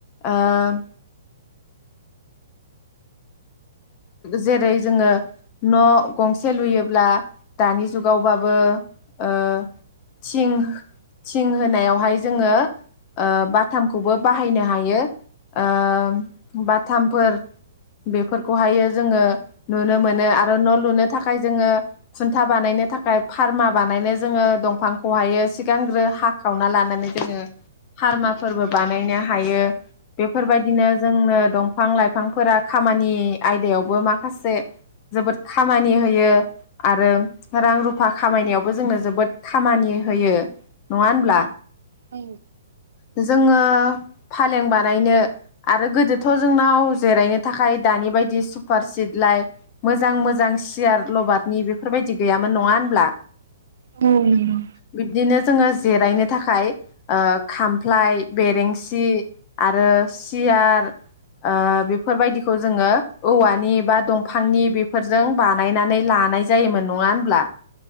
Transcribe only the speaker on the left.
आ <unintelligible> जेरै जोङो न' गंसे लुयोब्ला दानि जुगावबाबो ओ थिं थिं होनायावहाय जोङो ओ बाथ थामखौबो बाहायनो हायो ओ बाथामफोर बेफोर खौहायो जोङो नुनो मोनो आरो न' लुनो थाखाय जोङो खुन्था बानायनो थाखाय फार्मा बानायनो जोङो दंफांखौहायो सिगांग्रो हाखावना लानानै जोङो फार्मा फोरबो बानायनो
हायो। बेफोर बायदिनो जोंनो दंफां लाइफांफोरा खामानि आयदायावबो माखासे जोबोद खामानि होयो आरो रां रुफा
खामायनायावबो जोंनो जोबोद खामानि होयो नङा होनब्ला?
जोङो फालें बानायनो आरो गोदोथ' जोंनाव जिरायनो थाखाय दानि बायदि सुपार सिटलाय मोजां मोजां सियार लबारनि बेफोरबायदि गैयामोन नङा होनब्ला?
बिब्दिनो जोङो जिरायनो थाखाय ओ खामफ्लाय बेरेंसि आरो सियार ओ बेफोर बायदिखौ जोङो औवानि बा दंफांनि बेफोरजों बानायनानै लानाय जायोमोन। नङा होनब्ला?